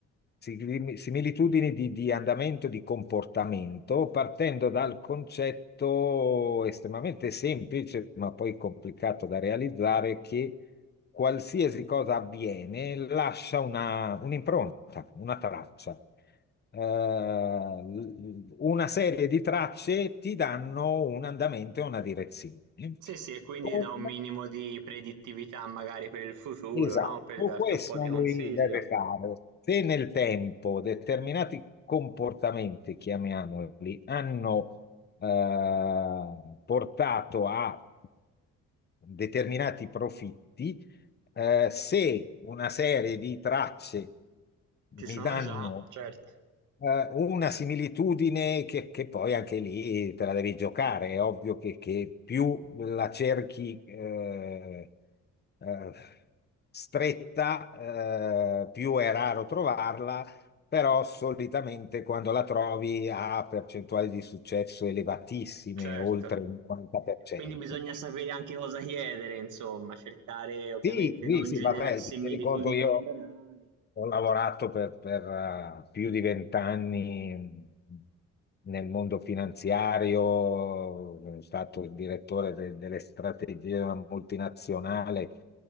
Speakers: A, on the left (about 35°); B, on the right (about 80°).
A: Sigli- similitudini di, di andamento, di comportamento, partendo dal concetto estremamente semplice, ma poi complicato da realizzare, che qualsiasi cosa avviene lascia una- un'impronta, una traccia. Eh, l- una serie di tracce ti danno un andamento e una direzione.
B: Sì, sì, e quindi
A: Con
B: da un minimo di predittività magari per il futuro,
A: Esatto,
B: no? Per darti
A: questo
B: un po' di consiglio.
A: lui deve fare. Se nel tempo determinati comportamenti, chiamiamoli, hanno eh, portato a determinati profitti, eh, se una serie di tracce
B: Ci
A: mi
B: sono
A: danno
B: già, certo,
A: eh, una similitudine che, che poi anche lì te la devi giocare, è ovvio che, che più la cerchi eh, eh, stretta, eh, più è raro trovarla, però solitamente quando la trovi ha percentuali di successo elevatissime,
B: certo.
A: oltre il 50%.
B: Quindi bisogna sapere anche cosa chiedere, insomma, cercare ovviamente
A: Sì, sì,
B: non
A: sì,
B: gene-
A: vabbè,
B: similitudini
A: ti rendi conto io
B: generali.
A: ho lavorato
B: Certo.
A: per, per, eh, più di vent'anni nel mondo finanziario, sono stato il direttore de- delle strategie di una multinazionale,